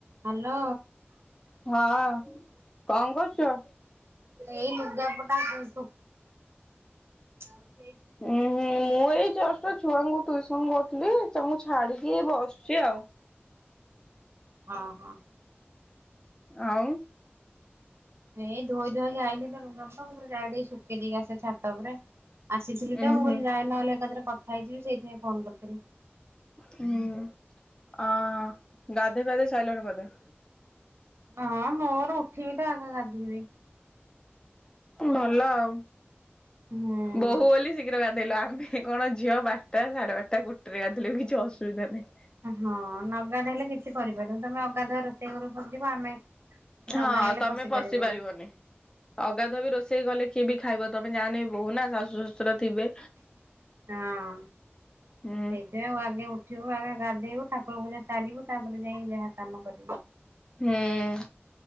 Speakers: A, on the right; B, on the left.
A: ହ୍ୟାଲୋ
B: ହଁ କଣ କରୁଛୁ?
A: ଏଇ ଲୁଗା ପଟା ସି ସୁଖ। <unintelligible> ଯାଇଚି ଖୋପାଡ଼ି
B: ଉୁଁ ହୁଁ
A: ଦେଇଚି।
B: ମୁଁ ଏଇ ଜଷ୍ଟ ଛୁଆଙ୍କୁ ଟୁଇସନ କରୁଥିଲି ତାଙ୍କୁ ମୁଁ ଛାଡିକି ବସିଛି ଆଉ।
A: ହଁ ହଁ
B: ଆଉ।
A: ଏଇ ଧୋଇ ଧୁଆକି ଆଇଲି ତ ରୁଙ୍ଗଙ୍କ ମୁଁ କହିଲି ଯାଏ ଟିକେ ଶୁଖେଇ ଦେଇକି ଆସେ ଛାତ ଉପରେ। ଆସିଥିଲି
B: ଉୁଁ
A: ତ ମୁଁ
B: ହୁଁ
A: କହିଲି ଯାଏ ନହେଲେ ଏକାଥରେ କଥା ହେଇଯିବି ସେଇଥିପାଇଁ ଫୋନ କରିଥିଲି।
B: ହୁଁ ଅ ହଁ ଗାଧେଇ ପାଧେଇ ସାଇଲଣି ବୋଧେ?
A: ହଁ ମୋର ଉଠି ବି ତ ଆଗ ଗାଧେଇବି।
B: ଭଲ ଆଉ
A: ହୁଁ।
B: ବୋହୂ ବୋଲି ଶୀଘ୍ର ଗା ଦେଲ ଆମେ କଣ ଝିଅ ବାରଟା ସାଢେ ବାରଟା ଗୋଟେରେ ଗାଧେଇଲେ ବି କିଛି ଅସୁବିଧା ନାହିଁ।
A: ହଁ ନ ଗାଧେଇଲେ କିଛି କରିପାରନି ତମେ ଅଗାଧୁଆ ରୋଷେଇ ଘର କୁ ପଶିଯିବ ଆମେ। ନଗାଧୋଇଲେ
B: ହଁ ତମେ ପଶି
A: ପାରିବୁନୁ
B: ପାରିବନି
A: ହଁ।
B: ଅଗାଧୁଆ ବି ରୋଷେଇ କଲେ। କିଏ ବି ଖାଇବ ତମେ ଯାହେନେ ବି ବୋହୁ ନା ଶାଶୁ ଶଶୁର ଥିବେ।
A: ହଁ
B: ହୁଁ
A: ସେଇଥିପାଇଁ ଉ ଆଗେ ଉଠିବୁ ବୁ ଗାଧେଇବୁ ଠାକୁର ପୂଜା ସାରିବୁ ତାପରେ ଯାଇକି ଯାହା କାମ କର
B: ହେଁ